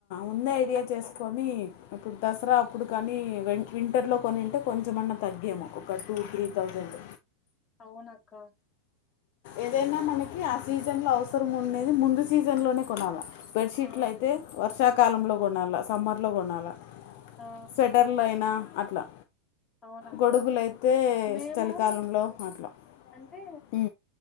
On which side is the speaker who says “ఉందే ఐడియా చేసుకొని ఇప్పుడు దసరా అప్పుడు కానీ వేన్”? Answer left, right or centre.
Left